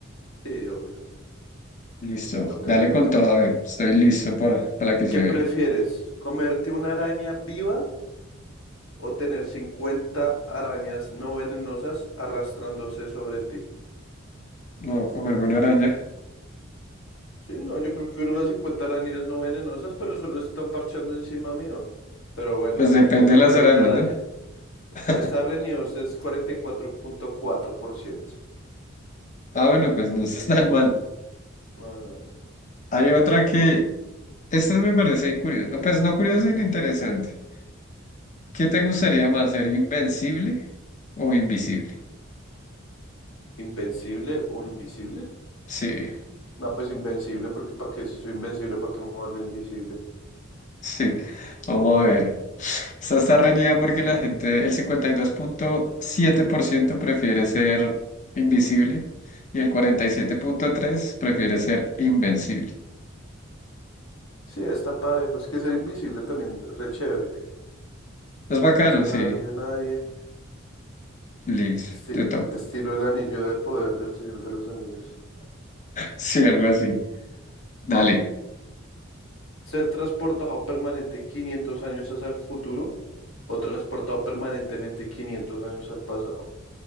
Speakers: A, on the left (about 75°); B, on the left (about 35°).
A: Sí, obvio.
B: Listo,
A: Me toca,
B: dale
A: me
B: con
A: toca.
B: todo, a ver, estoy listo por, para la que se
A: ¿Qué
B: viene.
A: prefieres? ¿Comerte una araña viva o tener 50 arañas no venenosas arrastrándose sobre ti?
B: No, comerme una araña.
A: Sí, no, yo prefiero las 50 arañas no venenosas, pero solo están parchando encima mío. Pero bueno,
B: Pues
A: usted
B: depende
A: comer
B: de las arañas,
A: una araña.
B: ¿no? <laughs>
A: Está reñido, usted es cuarenta y cuatro cuatro punto cuatro por ciento.
B: Ah, bueno, pues no está tan mal.
A: No, no, no.
B: Hay otra que Esto me parece curioso. Pues no curioso, sino interesante. ¿Qué te gustaría más, ser invencible o invisible?
A: ¿Invencible o invisible?
B: Sí,
A: No, pues invencible, porque ¿para qué? Si soy invencible, ¿para qué me voy a volver invisible?
B: sí. Vamos a ver. Esta está reñida porque la gente, el 52.7% prefiere ser invisible y el 47.3% prefiere ser invencible.
A: Sí, está parejo. Es que ser invisible también re chévere.
B: Es bacano,
A: No se deja
B: sí.
A: ver de nadie.
B: Liz,
A: Esti-
B: te toca.
A: estilo
B: <laughs>
A: el anillo de poder del Señor de los Anillos.
B: Sí, algo así. Dale.
A: Ser transportado permanente 500 años hacia el futuro o transportado permanentemente 500 años al pasado.